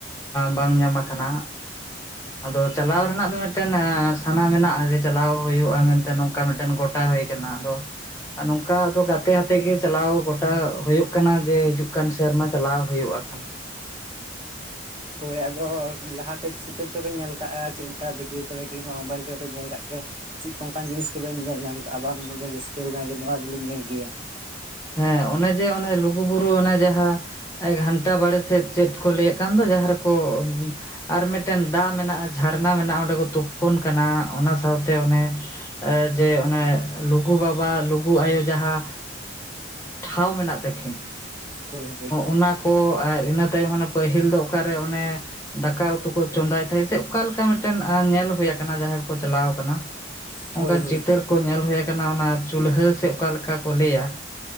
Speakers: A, on the left; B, on the right.
A: ᱵᱟᱝ ᱧᱟᱢ ᱟᱠᱟᱱᱟ ᱟᱫᱚ ᱪᱟᱞᱟᱣ ᱨᱮᱱᱟᱜ ᱫᱚ ᱢᱤᱫᱴᱟᱹᱱ ᱥᱟᱱᱟ ᱢᱮᱱᱟᱜᱼᱟ ᱡᱮ ᱪᱟᱞᱟᱣ ᱦᱩᱭᱩᱜᱼᱟ ᱢᱮᱱᱛᱮ ᱱᱚᱝᱠᱟ ᱢᱤᱫᱴᱟᱹᱱ ᱜᱚᱴᱟ ᱦᱩᱭᱼᱟ ᱟᱫᱚ ᱱᱚᱝᱠᱟ ᱟᱫᱚ ᱜᱟᱛᱮ ᱜᱟᱛᱮ ᱜᱮ ᱪᱟᱞᱟᱣ ᱜᱚᱴᱟ ᱦᱩᱭᱩᱜ ᱦᱩᱭᱩᱜ ᱠᱟᱱᱟ ᱡᱮ ᱦᱤᱡᱩᱜ ᱠᱟᱱ ᱥᱮᱨᱢᱟ ᱪᱟᱞᱟᱣ ᱦᱩᱭᱩᱜᱼᱟ ᱠᱷᱟᱱ
B: <unintelligible> ᱦᱳᱭ ᱟᱫᱚ ᱞᱟᱦᱟ <unintelligible> ᱪᱤᱛᱟᱹᱨ ᱛᱚ ᱵᱮᱱ ᱧᱮᱞ ᱠᱟᱜᱼᱟ ᱪᱮᱫ ᱞᱮᱠᱟ ᱵᱷᱤᱰᱭᱳ ᱠᱚᱨᱮ ᱠᱤᱝᱵᱟ ᱢᱳᱵᱟᱭᱤᱞ ᱠᱚᱨᱮ ᱯᱮ ᱧᱮᱞ ᱠᱟᱜ ᱜᱮᱭᱟ ᱪᱮᱫ ᱠᱚ ᱚᱱᱠᱟᱱ ᱡᱤᱱᱤᱥ ᱠᱚᱵᱮᱱ ᱧᱮᱞ ᱧᱟᱢ ᱠᱟᱜᱼᱟ ᱵᱟᱝᱵᱮᱱ ᱨᱟᱹᱥᱠᱟᱹᱣ ᱟᱠᱟᱱᱟ ᱡᱮ ᱱᱚᱣᱟ ᱫᱚᱞᱤᱧ ᱧᱮᱞ ᱜᱮᱭᱟ
A: ᱦᱮᱸ ᱚᱱᱮ ᱡᱮ ᱚᱱᱮ ᱞᱩᱜᱩᱵᱩᱨᱩ ᱚᱱᱮ ᱡᱟᱦᱟᱸ ᱮ ᱜᱷᱟᱱᱴᱟ ᱵᱟᱲᱮ ᱥᱮᱫ ᱪᱮᱫ ᱠᱚ ᱞᱟᱹᱭᱮᱫ ᱠᱟᱱ ᱫᱚ ᱡᱟᱦᱟᱸ ᱨᱮᱠᱚ ᱟᱨ ᱢᱤᱫᱴᱮᱱ ᱫᱟᱜ ᱢᱮᱱᱟᱜᱼᱟ ᱡᱷᱟᱨᱱᱟ ᱢᱮᱱᱟᱜᱼᱟ ᱚᱸᱰᱮ ᱠᱚ ᱛᱩᱯᱩᱱ ᱠᱟᱱᱟ ᱚᱱᱟ ᱥᱟᱶᱛᱮ ᱚᱱᱮ ᱡᱮ ᱚᱱᱮ ᱞᱩᱜᱩ ᱵᱟᱵᱟ ᱞᱩᱜᱩ ᱟᱭᱳ ᱡᱟᱦᱟᱸ ᱴᱷᱟᱶ ᱢᱮᱱᱟᱜ ᱛᱟᱹᱠᱤᱱ
B: ᱦᱳᱭ ᱦᱳᱭ
A: ᱚᱱᱟ ᱠᱚ ᱟᱨ ᱤᱱᱟᱹ ᱛᱟᱭᱚᱢ ᱦᱟᱱᱮ ᱯᱟᱹᱦᱤᱞ ᱫᱚ ᱚᱠᱟᱨᱮ ᱚᱱᱮ ᱫᱟᱠᱟ ᱩᱛᱩ ᱠᱚ ᱪᱚᱸᱫᱟᱭ ᱛᱟᱦᱮᱸ ᱥᱮ ᱚᱠᱟᱞᱮᱠᱟ ᱢᱤᱫᱴᱟᱝ ᱧᱮᱞ ᱦᱩᱭ ᱟᱠᱟᱱᱟ ᱡᱟᱦᱟᱸᱭ ᱠᱚᱠᱚ ᱪᱟᱞᱟᱣ ᱟᱠᱟᱱᱟ ᱾
B: ᱦᱳᱭ
A: ᱚᱱᱠᱟᱱ
B: ᱦᱳᱭ
A: ᱪᱤᱛᱟᱹᱨ ᱠᱚ ᱧᱮᱞ ᱦᱩᱭ ᱟᱠᱟᱱᱟ ᱚᱱᱟ ᱪᱩᱞᱦᱟᱹ ᱥᱮ ᱚᱠᱟᱞᱮᱠᱟ ᱠᱚ ᱞᱟᱹᱭᱟ ᱾